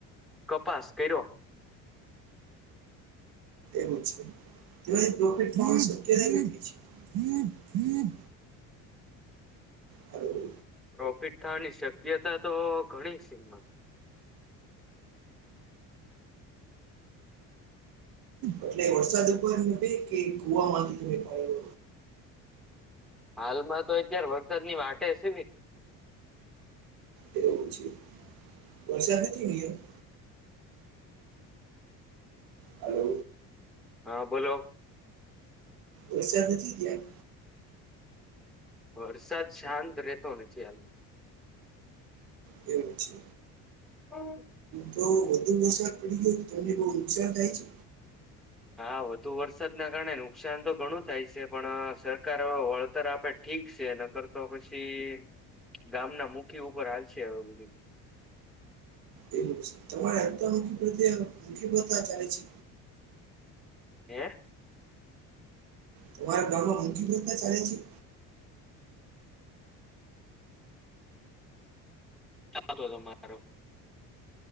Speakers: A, in the centre; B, on the right.
A: કપાસ કૈરો
B: એવું છે, તેઓ એજ પ્રોફેટમાં આવશે કે <unintelligible> હાલો
A: પ્રોફિટ થવાની શક્યતા તો ઘણી સિંગમાં
B: એટલે વરસાદ ઉપર નભે કે કૂવા માંથી તમે થાય એવું
A: હાલમાં તો અત્યારે વરસાદની વાટે <unintelligible>
B: એવું છે. વરસાદ નથી ઉએયા હાલો
A: હા, બોલો.
B: વરસાદ નથી ત્યાં
A: વરસાદ શાંત રહેતો નથી હાલમાં
B: એવું છે.
A: <unintelligible>
B: તો વધુ વરસાદ પડી ગયો, તો તમને બહ નુકસાન થાય છે?
A: હા, વધુ વરસાદના કારણે નુકસાન તો ઘણું થાય છે, પણ સરકાર હવે વળતર આપે ઠીક છે ન કરતો પછી ગામના મુખી ઉપર હાલશે બધું
B: એવુ છે. તમારે હપ્તામુખી પ્રત્યે કેટલી પ્રથા ચાલે છે?
A: હે?
B: તમારા ગામમાં મુખી પ્રથા ચાલે છે?
A: ચતો તમારો.